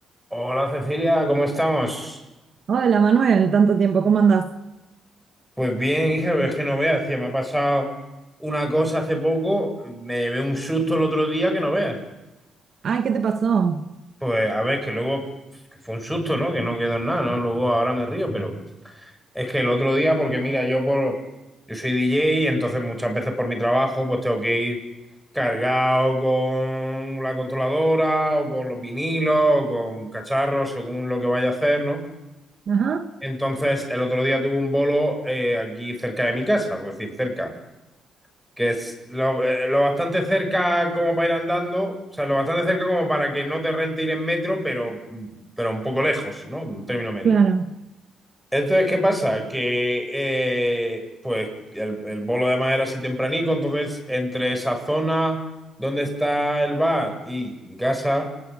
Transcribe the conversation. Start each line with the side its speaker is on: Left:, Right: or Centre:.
Centre: Hola Cecilia, ¿cómo estamos?
Right: Hola Manuel, tanto tiempo, ¿cómo andás?
Centre: Pues bien, hija, pero es que no veas, tía, me ha pasado una cosa hace poco, me llevé un susto el otro día que no veas.
Right: Ay, ¿qué te pasó?
Centre: Pues a ver, que luego que fue un susto, ¿no? Que no quedó en nada, ¿no? Luego ahora me río, pero es que el otro día, porque mira, yo por yo soy DJ y entonces muchas veces por mi trabajo, pues tengo que ir cargado con la controladora o con los vinilos o con cacharros, según lo que vaya a hacer, ¿no?
Right: Ajá,
Centre: Entonces, el otro día tuve un bolo eh, aquí cerca de mi casa, por decir, cerca, que es lo, eh, lo bastante cerca como para ir andando, o sea, lo bastante cerca como para que no te rente ir en metro, pero, pero un poco lejos, ¿no? Un término medio.
Right: claro,
Centre: Entonces, ¿qué pasa? Que eh, pues el, el bolo además era así tempranico, entonces entre esa zona donde está el bar y mi casa, o